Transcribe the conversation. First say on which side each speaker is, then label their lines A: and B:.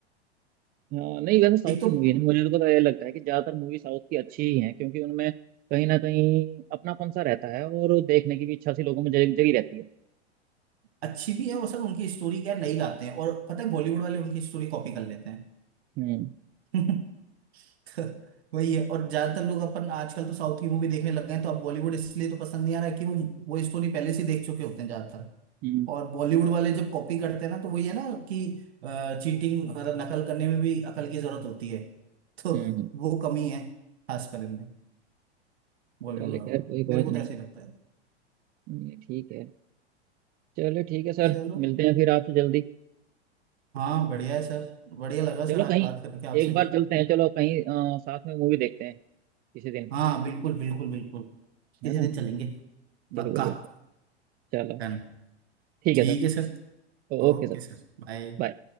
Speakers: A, on the right; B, on the right.
A: हाँ नहीं वैसे साउथ
B: <laughs> एक तो
A: की मूवी है ना मुझे तो पता ये लगता है कि ज़्यादातर मूवी साउथ की अच्छी ही हैं क्योंकि उनमें कहीं ना कहीं अपनापन सा रहता है और देखने की भी इच्छा सी लोगों में जग जगी रहती है
B: अच्छी भी है वो सर उनकी स्टोरी क्या नई लाते हैं और पता है बॉलीवुड वाले उनकी स्टोरी कॉपी कर लेते हैं
A: हम्म
B: <laughs> तो वही है और ज्यादातर लोग अपन आजकल तो साउथ की मूवी देखने लग गए हैं तो अब बॉलीवुड इसलिए तो पसंद नहीं आ रहा कि वो वो स्टोरी पहले से देख चुके होते हैं ज्यादातर
A: हम्म
B: और बॉलीवुड वाले जब कॉपी करते हैं ना तो वही है ना कि चीटिंग मतलब नकल करने में भी अकल की जरूरत होती है <laughs> तो
A: हम्म
B: वो कमी है खासकर इनमें बॉलीवुड
A: चले
B: वालों
A: खैर कोई
B: में मेरे
A: बात
B: को
A: नहीं
B: तो ऐसे ही लगता है
A: हम्म, ठीक है चलो ठीक है सर
B: चलो
A: मिलते हैं फिर आपसे जल्दी
B: हाँ बढ़िया है सर बढ़िया लगा
A: चलो
B: सर आज
A: कहीं
B: बात करके आपसे
A: एक बार
B: भी
A: चलते हैं चलो कहीं अ, साथ में मूवी देखते हैं किसी दिन
B: हाँ बिल्कुल बिल्कुल बिल्कुल किसी
A: है ना
B: दिन चलेंगे पक्का
A: बिल्कुल बिल्कुल चलो
B: डन
A: ठीक
B: ठीक
A: है सर
B: है सर
A: Okay
B: Okay
A: sir
B: sir bye
A: bye